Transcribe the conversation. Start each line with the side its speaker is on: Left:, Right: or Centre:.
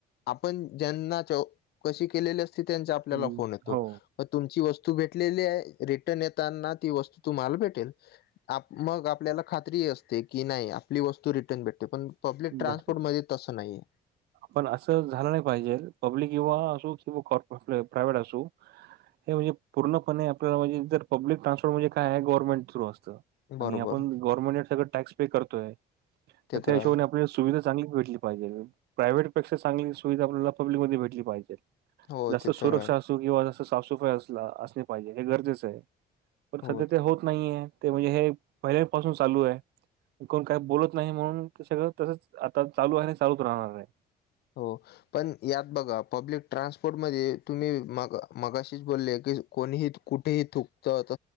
Left: आपण ज्यांना जो चौकशी केलेली असती त्यांचा आपल्याला
Right: हम्म,
Left: फोन येतो.
Right: हो
Left: मग तुमची वस्तू भेटलेली आहे रिटर्न येताना ती वस्तू तुम्हाला भेटेल. मग आपल्याला खात्री असते, की नाही आपली वस्तू रिटर्न भेटते. पण पब्लिक ट्रान्सपोर्टमध्ये
Right: भेटते.
Left: तसं नाहीये.
Right: पण असं झालं नाही पाहिजे. पब्लिक युवा असू किंवा प्रायव्हेट असो हे म्हणजे पूर्णपणे आपल्याला म्हणजे जर पब्लिक ट्रान्सपोर्ट म्हणे काय आहे गव्हर्मेंट थ्रु असतं.
Left: बरोबर
Right: आणि आपण गव्हर्नमेंट सगळं टॅक्स पे करतोय.
Left: ते
Right: तर त्या हिशोबाने
Left: आहे
Right: सुविधा चांगली भेटली पाहिजे. प्रायव्हेटपेक्षा चांगली सुविधा आपल्याला पब्लिकमध्ये भेटली पाहिजे.
Left: हो
Right: जसं
Left: ते
Right: सुरक्षा
Left: तर आहे
Right: असू किंवा जास्त साफसफाई असला असली पाहिजे हे गरजेचं आहे. पण
Left: हो
Right: सध्या ते होत नाहीये ते म्हणजे हे पहिल्यापासून चालू आहे. कोण काही बोलत नाही म्हणून ते सगळं तसंच आता चालू आहे आणि चालूच राहणार आहे.
Left: हो. पण यात बघा पब्लिक ट्रान्सपोर्टमध्ये तुम्ही मग मगाशीच बोलले की कोणीही कुठेही थुकतात